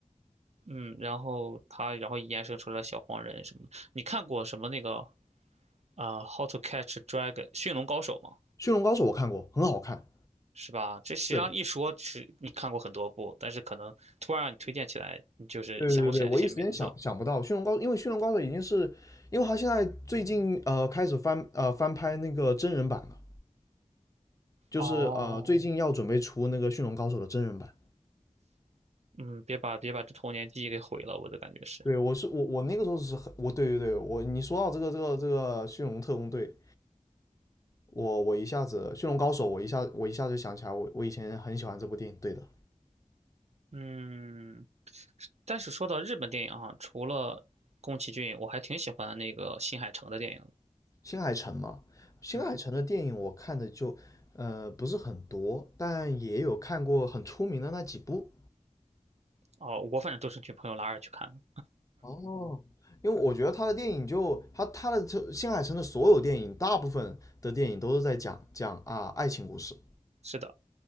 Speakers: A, on the right (about 60°); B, on the left (about 25°).
A: 嗯，然后它然后延伸出来小黄人什么的。你看过什么那个啊，How to Catch a Dragon》驯龙高手》吗？
B: 驯龙高手我看过，很好看。
A: 是吧？这实际上一说是你看过很多部，
B: 对
A: 但是可能突然让你推荐起来，你就是想不起来这些名字。
B: 对对对对我一时间想想不到驯龙高手，因为驯龙高手已经是，因为他现在最近呃开始翻呃翻拍那个真人版了，就是呃最近要准备出那个驯龙高手的真人版。
A: 哦。嗯，别把别把这童年记忆给毁了，我的感觉是，
B: 对，我是我我那个时候是很我对对对我你说到这个这个这个驯龙特工队，我我一下子驯龙高手，我一下我一下就想起来我我以前很喜欢这部电影。对的，
A: 嗯，但是说到日本电影啊，除了宫崎骏，我还挺喜欢那个新海诚的电影的
B: 新海诚嘛，新海诚的电影我看的就，
A: 嗯，
B: 呃，不是很多，但也有看过很出名的那几部。
A: 哦，我反正都是女朋友拉着去看的，
B: 哦，因为我觉得他的电影就他他的这新海诚的所有电影，大部分的电影都是在讲讲啊爱情故事，
A: <laughs> 是的，